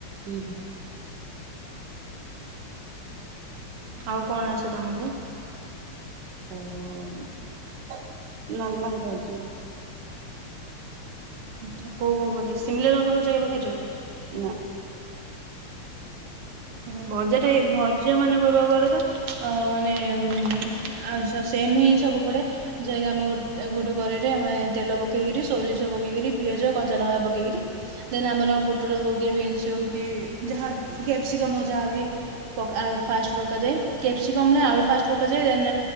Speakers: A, on the right; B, on the right.
A: ହୁଁ ହୁଁ।
B: ଆଉ କଣ ଆସେ ତମକୁ?
A: ଓଁ ମ଼ ନର୍ମଲ ଭଜା।
B: ଆଚ୍ଛା କେଉଁ କେଉଁ ଭଜା ସିମ୍ଲା ଲଙ୍କା ଭଜା କେବେ ଖାଇଚ?
A: ନା।
B: ମାନେ ଭଜା ଟା ଏ ଭଜା ମାନେ କହିବାକୁ ଗଲେ ତ। ଆଉଁ ମାନେ ଆଚ୍ଛା ସେମ୍ ହିଁ ସବୁ ପଡେ। ଯାହାକି ଆମ ଗୋ ଗୋଟେ କରେଇ ରେ ଆମେ ତେଲ ପକେଇକିରି ସୋରିଷ ପକେଇକରି ପିଆଜ କଞ୍ଚା ଲଙ୍କା ପକେଇ କିରି ଦେନ୍ ଆମର ପୋଟଳ ହଉ କି ବିନ୍ସ ହଉ କି ଯାହା କ୍ୟାପ୍ସିକମ୍ ଯାହାବି ପକା ଫାଷ୍ଟ ପକାଯାଏ କ୍ୟାପ୍ସିକମ୍ ଆଳୁ ଫାଷ୍ଟ ପକାଯାଏ ଦେନ୍